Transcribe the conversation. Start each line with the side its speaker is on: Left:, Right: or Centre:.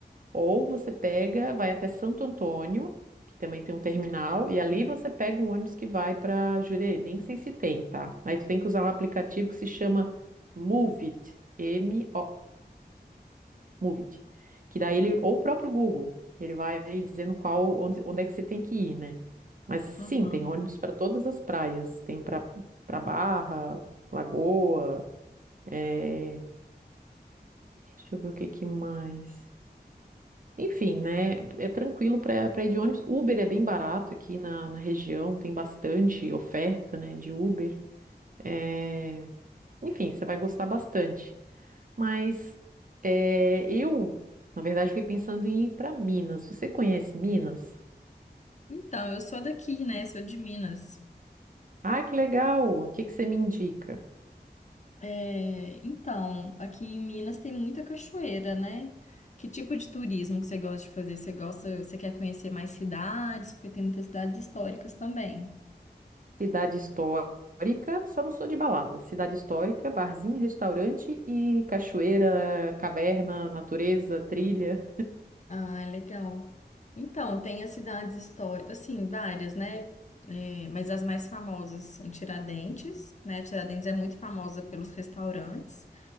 Right: Ou você pega, vai até Santo Antônio, que também tem um terminal, e ali você pega um ônibus que vai para Jurerê. Nem sei se tem, tá? Aí tu tem que usar um aplicativo que se chama Moovit, M-O-V-I-T, Moovit. Que daí ele, ou o próprio Google, ele vai aí dizendo qual, onde, onde é que você tem que ir, né? Mas sim,
Left: Aham.
Right: tem ônibus para todas as praias. Tem para para Barra, Lagoa, é... deixa eu ver o que que mais. Enfim, né? É tranquilo para para ir de ônibus. Uber é bem barato aqui na, na região, tem bastante oferta, né, de Uber. É, Enfim, você vai gostar bastante. Mas é, eu, na verdade, fiquei pensando em ir para Minas. Você conhece Minas?
Left: Então, eu sou daqui, né? Sou de Minas.
Right: Ah, que legal! O que que você me indica?
Left: É, então, aqui em Minas tem muita cachoeira, né? Que tipo de turismo que você gosta de fazer? Você gosta, você quer conhecer mais cidades? Porque tem muitas cidades históricas também.
Right: Cidade histórica, só não sou de balada. Cidade histórica, barzinho, restaurante e cachoeira, caverna, natureza, trilha.
Left: Ah, é legal. Então, tem as cidades históricas, assim, várias, né? É, mas as mais famosas são Tiradentes, né? Tiradentes é muito famosa pelos restaurantes,